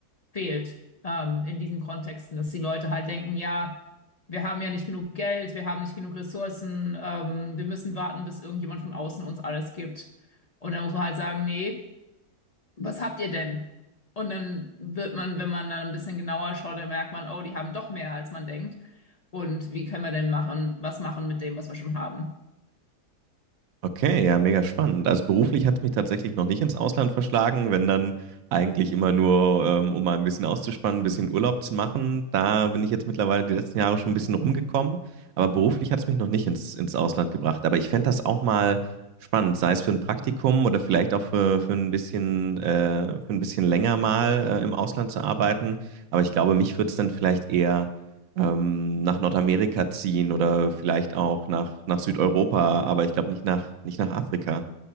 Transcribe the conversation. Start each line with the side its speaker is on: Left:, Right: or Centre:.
Left: fehlt ähm, in diesen Kontexten, dass die Leute halt denken, ja, wir haben ja nicht genug Geld, wir haben nicht genug Ressourcen, ähm, wir müssen warten, bis irgendjemand von außen uns alles gibt. Und dann muss man halt sagen, nee was habt ihr denn? Und dann wird man, wenn man dann ein bisschen genauer schaut, dann merkt man, oh, die haben doch mehr, als man denkt. Und wie können wir denn machen, was machen mit dem, was wir schon haben?
Right: Okay, ja, mega spannend. Also beruflich hat es mich tatsächlich noch nicht ins Ausland verschlagen, wenn dann eigentlich immer nur, ähm, um mal ein bisschen auszuspannen, ein bisschen Urlaub zu machen. Da bin ich jetzt mittlerweile die letzten Jahre schon ein bisschen rumgekommen, aber beruflich hat es mich noch nicht ins, ins Ausland gebracht. Aber ich fände das auch mal spannend, sei es für ein Praktikum oder vielleicht auch für, für ein bisschen, äh, für ein bisschen länger mal, äh, im Ausland zu arbeiten. Aber ich glaube, mich würde es dann vielleicht eher ähm, nach Nordamerika ziehen oder vielleicht auch nach, nach Südeuropa, aber ich glaube nicht nach, nicht nach Afrika.